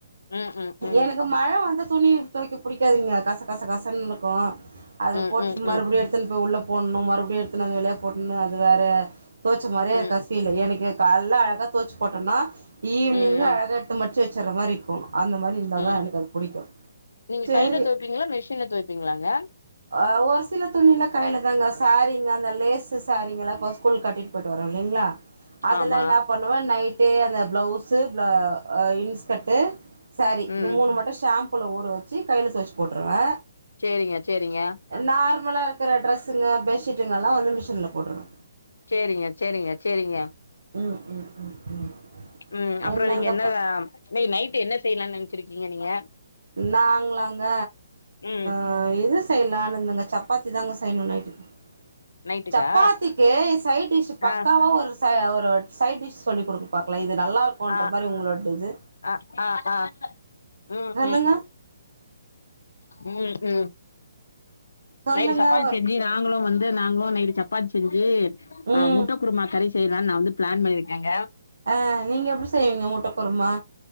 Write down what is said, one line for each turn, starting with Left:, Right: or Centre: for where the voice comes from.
Left: ம் ம் ம்
Right: எனக்கு மழ வந்து துணி துவைக்க புடிக்காதுங்க கச கசகசன்னு இருக்கு அது
Left: ம்
Right: போட்டு
Left: ம்
Right: மறுபுடியு
Left: ம்
Right: எடுத் தின் போ உள்ள போட்னு மறுபுடியு எடுத்துன் வந்து வெளிய போட்னு அது வேற தோச்ச மாரே
Left: ம்
Right: கசியல எனக் இங்க கால்ல அழகா தோச்சு போட்டோனா ஈவினிங்
Left: ம்
Right: அழகா எத்து மடிச்சு வச்சற மாரி குனு அந்த மாரி இர்ந்தாதா
Left: ம்
Right: எனக்கு அது புடிக்கு
Left: நீங்க
Right: செரி
Left: கையில துவைப்பீங்களா மிஷின்ல துவைப்பீங்களாங்க
Right: ஆ ஒரு சில துணில கைல தாங்க சாரீங்க அந்த லேசு சாரீங்கல கொச் ஸ்கூல் கட்டிட் போயிட்டு வரோ இல்லிங்ளா அதுலா
Left: ஆமா
Right: இன்ன பண்ணுவே நைட்டே அந்த ப்ளவுஸு ப இன்ஸ்கட்டு ஸாரி
Left: ம்
Right: இது மூணு மட்டு ஷாம்புல ஊற வச்சு கைல தோச்சு போட்ருவே
Left: சேரிங்க சேரிங்க
Right: நார்மலாக இருக்குற ட்ரெஸ்ங்க பெட்ஷீட்டுங்கெல்லா வந்து மிஷின்ல போட்ருவ
Left: சேரிங்க செரிங்க செரிங்க
Right: ம் ம்
Left: ம் அப்புறோ
Right: என்னங்கப்பா
Left: நீங்க என்னத இன்னக் நைட் என்ன செய்லானு நெனச்சிருக்கிங்க நீங்க
Right: நாங்லாங்க
Left: ம்
Right: அ இது செய்லானு இந்தாங்க சப்பாத்தி தாங்க செய்ணு நைட்டுக்கு
Left: நைட்டுக்கா
Right: சப்பாத்திக்கு சைட் டிஷ் பக்காவா
Left: ஆ
Right: ஒரு ச ஒரு சைட் டிஷ் சொல்லி குடுங் பாக்லா இது நல்லா இருக்கு இன்ற
Left: ஆ
Right: மாரி உங்ளோட இது
Left: ஆ ஆ ம்
Right: சொல்லுங்க
Left: ம்
Right: சொல்லுங்க
Left: நைட் சப்பாத்தி
Right: ஒரு
Left: செஞ்சி நாங்ளு வந்து நாங்களு நைட்டு சப்பாத்தி செஞ்சு
Right: ம்
Left: ஆ முட்ட குருமா கறி செய்லானு நா வந்து பிளான் பண்ணியிருக்கேங்க
Right: ஆ நீங்க எப்டி செய்வீங்க முட்ட குருமா